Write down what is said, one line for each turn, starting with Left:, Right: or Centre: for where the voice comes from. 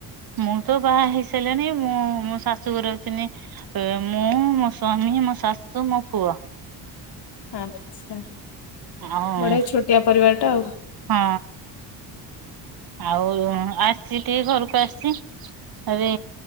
Right: ମୁଁ ତ ବାହା ହେଇ ସାରିଲିଣି ମୁଁ ମୋ ଶାଶୁ ଘରେ ଅଛି ନି ମୁଁ ମୋ ସ୍ଵାମୀ ମୋ ସାସୁ ମୋ ପୁଆ
Left: ହଁ
Right: ଆଉ
Left: ବଢିଆ ଛୋଟିଆ ପରିବାର ଟା ଆଉ
Right: ହଁ ଆଉ ଆସିଛି ଟିକେ ଘରକୁ ଆସି ସିଛି ଆରେ